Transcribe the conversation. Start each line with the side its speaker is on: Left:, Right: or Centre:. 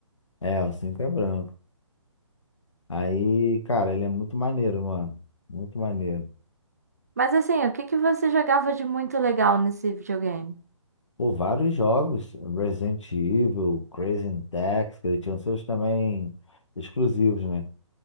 Left: É, o 5 é branco. Aí, cara, ele é muito maneiro, mano. Muito maneiro.
Right: Mas assim, o que que você jogava de muito legal nesse videogame?
Left: Por vários jogos, Resident Evil, Crazy Taxi, que ele tinha seus também exclusivos, né?